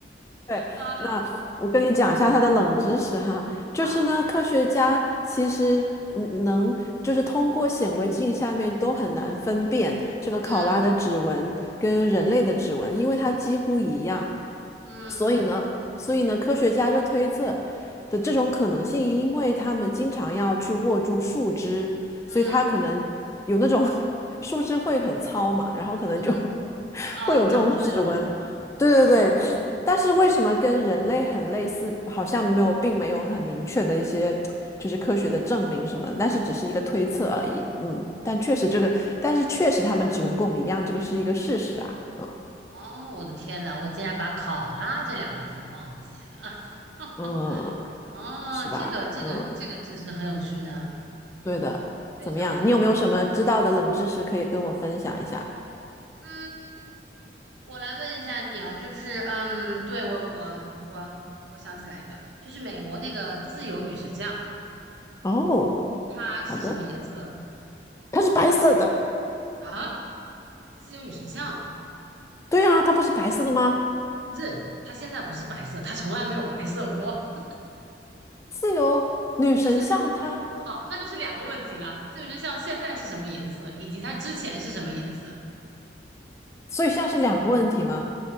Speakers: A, on the left; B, on the right.
A: 对，
B: 啊，
A: 那我跟你讲一下它的冷知识哈，就是呢，
B: 好，
A: 科学家其实嗯能就是通过显微镜下面都很难分辨这个考拉的指纹跟人类的指纹，
B: 嗯
A: 因为它几乎一样，
B: 嗯
A: 所以呢，所以呢，科学家就推测的这种可能性，因为他们经常要去握住树枝，
B: 嗯
A: 所以它可能有那种 <laughs> 树枝会很糙嘛，然后可能就
B: 嗯，
A: <laughs>
B: 哦，
A: 会有这种指纹。
B: 讲述那种
A: 对对对，
B: 啊
A: 但是为什么跟人类很类似，好像没有，并没有很明确的一些就是科学的证明什么的但是只是一个推测而已。嗯，但确实这个，但是确实他们指纹跟我们一样，这个是一个事实啊。嗯
B: 哦，我的天呐，我竟然把考拉这两个字忘记了。<laughs>
A: 嗯，
B: 哦，
A: 是吧？
B: 这个这个这个知识很有趣呢，
A: 嗯，对的。
B: 非常非常有。
A: 怎么样？你有没有什么知道的冷知识可以跟我分享一下？
B: 嗯，我来问一下你啊，就是嗯，对我我我我想起来一个，就是美国那个自由女神像，
A: 哦，
B: 它是什么颜色
A: 好的。它是白色的，
B: 啊？自由女神像
A: 对啊，它不是白色的吗？
B: 不是，它现在不是白色，它从来没有白色过。<laughs>
A: 自由女神像它，
B: 就是好，那就是两个问题了。自由女神像现在是什么颜色，以及它之前是什么颜色？
A: 所以现在是两个问题吗？